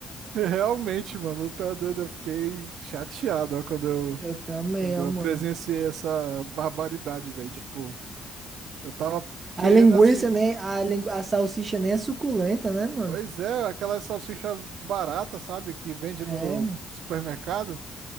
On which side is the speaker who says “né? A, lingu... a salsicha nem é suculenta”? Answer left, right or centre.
Right